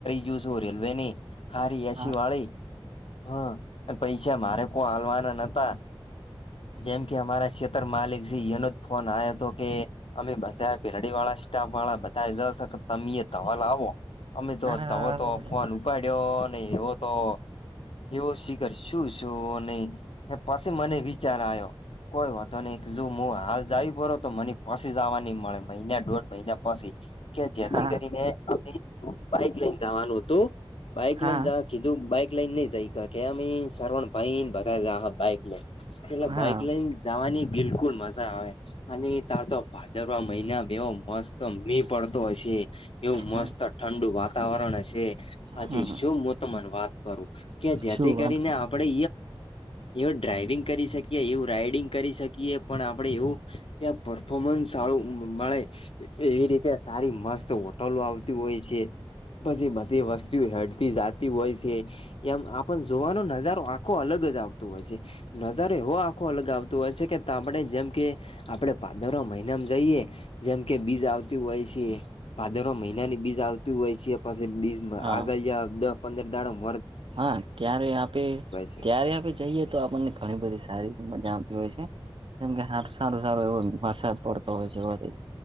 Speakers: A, on the left; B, on the right.
A: યુઝ હો રલવેને, હારી એસી
B: હા
A: વાળી. હા પૈસા મારે કો હલવાના નતા. જેમ કે અમારા છેતર માલિક એનો જ ફોન આવ્યો હતો કે અમે બધા પેરડી વાળા સ્ટાફ વાળા બધા જ તમે એ તવાલ આવો. અમે જો
B: અરે હા
A: તવો તો ફોન ઉપાડ્યો ને એવો તો એવો શખર શું શું નહી પાસે મને બચાર આવ્યો, કોઈ વા નહી જો હું હાલ જાવ પ તો મને પછી જવા ન મળે મહિના દોઢ મહિના પછી, કે જેથી
B: હા
A: કરીને અમે બાઈક લઈને જવાનું હતું, બાઈક
B: હા
A: લઈને જ કીધું બાઈક લઈન નઈ જાય કે અ સરવણ ભાઈ બધા બાઈક લઈન. એલે બાઈક
B: હા
A: લઈને જવાની બિલકુલ મજા આવે. અને તાર તો ભાદરવા મહિના બેવો મસ્ત મી પડતો હશે. એવું મસ્ત
B: હા,
A: ઠંડુ વાતાવરણ હશે. હછી
B: હમ
A: શું હું તને વાત કરું, કે જેથી
B: શું
A: કરીને
B: વાત કરું
A: આપણે એ ડ્રાઈવિંગ કરી શકીએ એવ રાઈડિંગ કરી શકીએ પણ આપડે એવું, કે પરફોમન્સ સારું મળે. એવી રીતે સારી મસ્ત હોટલો આવતી હોય છે. પછી બધી વસ્તુ હેળતી જતી હોય છે. એમ આપણ જોવાનો નજારો આખો અલગ જ આવતો હોય છે, નજારો એવો પાખો અલગ આવતોું હોય છે કે આપણે જેમ કે, આપણે પાદર મહિનામાં જઈએ. જેમ કે બીજ આવતી હોય છે ભાદરો મહિનાની બીજ આવતી હોય છે. પાછ બીસમાં
B: હા
A: આગળ જ પંદર દાડામાં
B: હા ત્યારે આપે
A: છે
B: ત્યારે આપે જઈએ તો આપણને ઘણી બધી સારી મજાામતી હોય છે, જેમ કે સારો સારો એવો વરસાદ પડતો હોય છે,